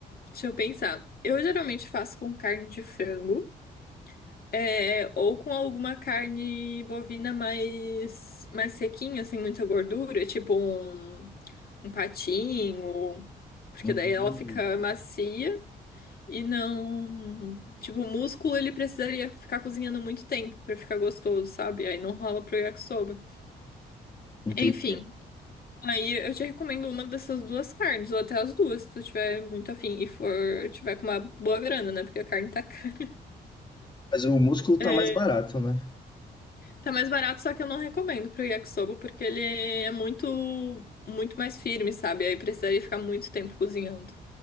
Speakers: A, on the left; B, on the left.
A: deixa eu pensar. Eu geralmente faço com carne de frango, é, ou com alguma carne bovina mais, mais sequinha, sem muita gordura, tipo um, um patinho, porque
B: Uhum.
A: daí ela fica macia. E não. Tipo, o músculo ele precisaria ficar cozinhando muito tempo pra ficar gostoso, sabe? Aí não rola pro yakisoba.
B: Entendi.
A: Enfim, aí eu te recomendo uma dessas duas carnes, ou até as duas, se tu tiver muito afim e for tiver com uma boa grana, né? Porque a carne tá <laughs> cara.
B: Mas o músculo tá
A: É,
B: mais barato, né?
A: tá mais barato, só que eu não recomendo pro yakisoba, porque ele é muito, muito mais firme, sabe? Aí precisaria ficar muito tempo cozinhando.